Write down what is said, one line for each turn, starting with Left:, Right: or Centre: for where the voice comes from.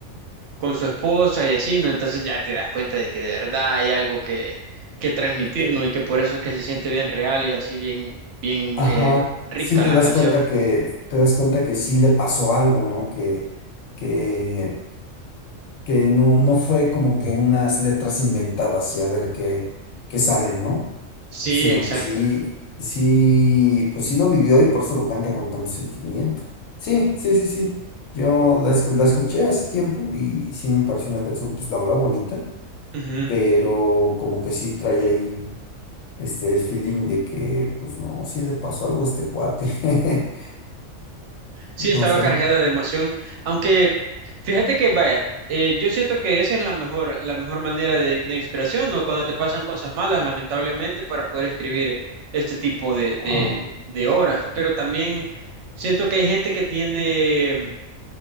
Right: con su esposa y así, ¿no? Entonces ya te das cuenta de que de verdad hay algo que, que transmitir,
Left: Que,
Right: ¿no? Y que por eso es que se siente bien real y así bien, bien
Left: ajá.
Right: eh, rica
Left: Sí te
Right: la
Left: das
Right: canción.
Left: cuenta que, te das cuenta que sí le pasó algo, ¿no? Que, que que no, no fue como que unas letras inventadas y a ver qué, qué sale, ¿no?
Right: Sí,
Left: Sino
Right: exacto.
Left: que sí, sí, pues sí lo vivió y por eso lo canta con tanto sentimiento. Sí, sí, sí, sí. Yo la, escu- la escuché hace tiempo y sí me pareció una canción, pues la verdad bonita,
Right: Ujú.
Left: pero como que sí trae ahí este, el feeling de que, pues no, sí le pasó algo a este cuate. <laughs>
Right: Sí, estaba
Left: No sé.
Right: cargada de emoción, aunque fíjate que vaya, eh, yo siento que esa es la mejor, la mejor manera de, de inspiración, ¿no? Cuando te pasan cosas malas, lamentablemente, para poder escribir este tipo de,
Left: Ah,
Right: de, de obras, pero también siento que hay gente que tiene